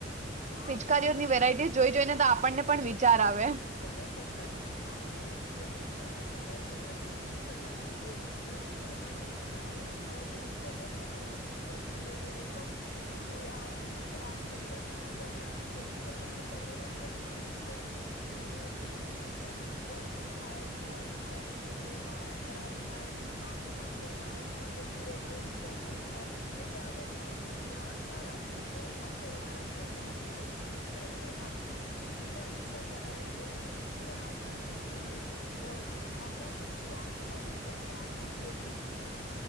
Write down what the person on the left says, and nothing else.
હા
પિચકારઓ
અનેટ
કલર
બી
કલર
બી
પણ છેને કલર બધા આપણે જોખિમ ભર્યા કલર એવા યુઝ નહી કરવા જોઈએ રંગ આપણે ગુલાલ ઓર્ગેનિક કલર હોય ને એનાથી જ રમવું જોઈએ નહી તો જે આ ખતરના અને આ કેમિકલ વાળા કલરો જો આપણે યુઝ કરીએ તો સ્કીનનું સ્કીનની પ્રોબ્લમ થાય બીમારી થાય સ્કીનની વાળ ખરાબ થાય આંખમાં કોઈના આંખમાં જતું રહે તો બી પ્રોબ્લમ થાય એટલે આ બધું ધ્યાનમાં રાખીને કોઈ પણ તહેવાર આપ આપણે મનાવીએ તો એને આપણી સુવિધા અનુસાર મનાવવું જોઈએ અને આપણામ આપણા સ્વાસ્થ્ય નો બી ખ્યાલ રાખવો જોઈએ.